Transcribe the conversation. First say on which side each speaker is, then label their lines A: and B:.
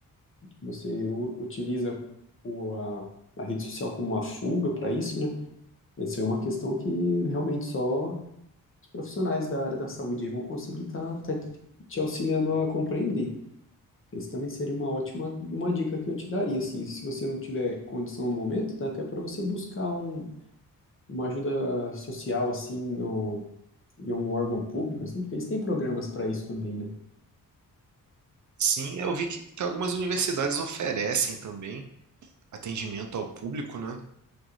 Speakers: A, on the left (about 35°); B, on the right (about 55°).
A: que você u- utiliza o, a, a rede social como uma fuga para isso, né, essa é uma questão que realmente só os profissionais da área da saúde aí vão conseguir estar te auxiliando a compreender. Esse também seria uma ótima uma dica que eu te daria, assim, se você não tiver condição no momento, dá até para você buscar um, uma ajuda social, assim, no, em um órgão público, assim, porque eles têm programas para isso também, né?
B: Sim, eu vi que, que algumas universidades oferecem também atendimento ao público, né?